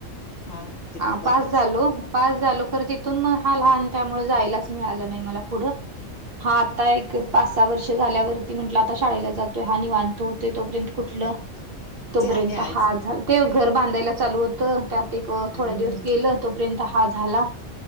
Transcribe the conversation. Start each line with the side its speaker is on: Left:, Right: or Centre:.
Left: हा तिथनं
Right: हा,
Left: बंदच
Right: पास झालो. पास झालो खरं, तिथून मग हा लहान. त्यामुळं, जायलाच मिळालं नाही मला पुढं. हा, आता एक पाच-सहा वर्ष झाल्यावरती म्हटलं, आता शाळेला जातोय हा. निवांत होतंय, तोपर्यंत कुठलं? तोपर्यंत
Left: ते आणि आहेच
Right: हा झाला, ते घर बांधायला चालू होतं त्यात. एक,
Left: हम्म
Right: थोडे दिवस गेलं. तोपर्यंत, हा झाला.